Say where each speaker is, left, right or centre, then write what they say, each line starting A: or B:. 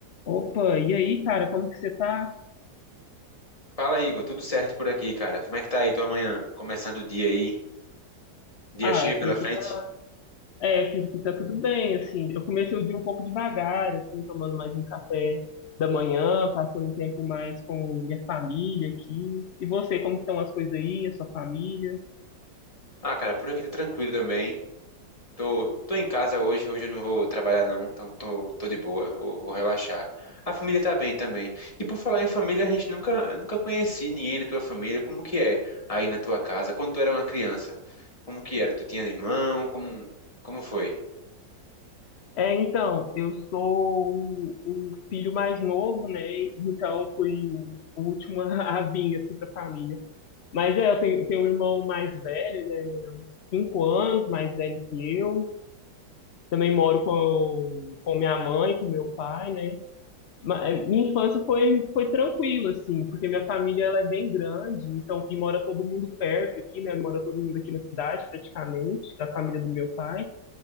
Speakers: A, on the left; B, on the left.
A: Opa, e aí, cara, como que você tá?
B: Fala, Igor. Tudo certo por aqui, cara? Como é que tá aí tua manhã? Começando o dia aí? Dia
A: Ah,
B: cheio pela
A: por aqui
B: frente?
A: tá. É, por aqui tá tudo bem, assim. Eu comecei o dia um pouco devagar, assim, tomando mais um café da manhã, passando um tempo mais com minha família aqui. E você, como que estão as coisas aí, a sua família?
B: Ah, cara, por aqui tá tranquilo também. Tô, tô em casa hoje. Hoje eu não vou trabalhar, não. Então tô, tô de boa. Vou, vou relaxar. A família tá bem também. E por falar em família, a gente nunca, eu nunca conheci ninguém da tua família. Como que é aí na tua casa? Quando tu era uma criança? Como que era? Tu tinha irmão? Como, como foi?
A: É, então, eu sou o, o filho mais novo, né? Então, eu fui o último <laughs> a a vir, assim, pra família. Mas é, eu tenho, eu tenho um irmão mais velho, ele é uns cinco anos mais velho que eu. Também moro com, com minha mãe, com meu pai, né? Ma- é, Minha infância foi, foi tranquila, assim, porque minha família ela é bem grande, então, e mora todo mundo perto aqui, né? Mora todo mundo aqui na cidade, praticamente, da família do meu pai.